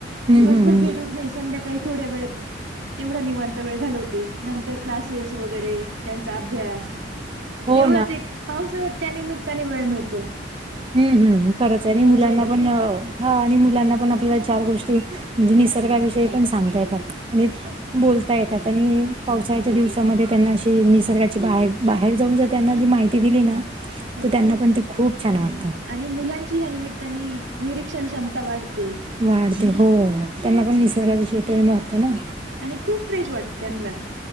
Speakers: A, on the right; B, on the right.
A: दिवसभर
B: हम्म हम्म.
A: भेट होत नाही, संध्याकाळी थोड्या वेळ तेवढा निवांत वेळ घालवते. नंतर क्लासेस वगैरे त्यांचा अभ्यास
B: हो
A: तेवढाच एक, पावसाळ्यात त्यानिमित्ताने वेळ मिळतो
B: हू हू. खरंच आहे
A: मुलांसोबत
B: आणि मुलांना पण अ हा आणि मुलांना पण आपल्याला चार गोष्टी म्हणजे निसर्गाविषयी पण सांगता येतात आणि बोलता येतात आणि पावसाळ्याच्या दिवसामध्ये त्यांना अशी निसर्गाची बाहेर बाहेर जाऊन जर, त्यांना ती माहि ती दिली ना
A: हो
B: तर, त्यांना पण ते खूप छान वाटत.
A: आणि मुलांची ह्या निमित्ताने निरीक्षण क्षमता वाढते.
B: वाढते हो. त्यांना पण निसर्गाविषयी प्रेम वाटतं ना.
A: आणि खूप फ्रेश वाटत त्यानला